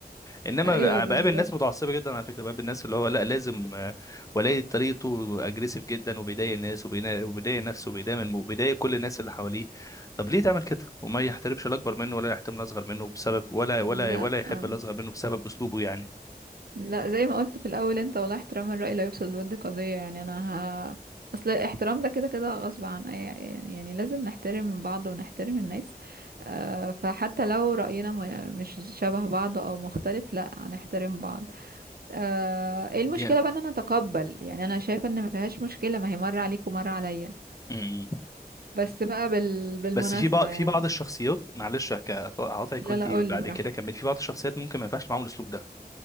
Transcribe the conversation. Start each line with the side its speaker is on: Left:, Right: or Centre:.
Left: انما
Right: ايوه بالظبط
Left: بقابل ناس متعصبه جدا على فكره بقابل الناس اللي هو لا لازم آه، ولاية طريقته اجريسيف جدا وبيضايق الناس وبينا- وبيضايق نفسه وبيضايق من- وبيضايق كل الناس اللي حواليه طب ليه تعمل كده وما يحترمش الاكبر منه ولا يحترم الاصغر منه بسبب ولا ولا
Right: لا
Left: ولا يحب
Right: آه.
Left: الاصغر منه بسبب اسلوبه يعني
Right: لا زي ما قلت في الاول انت والله احترام الرأي لا يفسد للود قضية يعني انا ه... اصل الاحترام ده كده كده غصب عن اي يعني يعني لازم نحترم بعض ونحترم الناس آه فحتى لو رأينا ما- مش شبه بعض او مختلف لا هنحترم بعض آه ايه المشكلة
Left: دي
Right: بقى ان انا اتقبل يعني انا شايفة ان ما فيهاش مشكلة ما هي مرة عليك ومرة عليا
Left: مم.
Right: بس بقى بال... بالمناسبة
Left: بس في بعض
Right: يعني
Left: في بعض الشخصيات معلش هك- هقاطعك
Right: لا
Left: وانت
Right: لا قولي
Left: بعد
Right: براحتك
Left: كده كمل في بعض الشخصيات ممكن ما ينفعش معاهم الاسلوب ده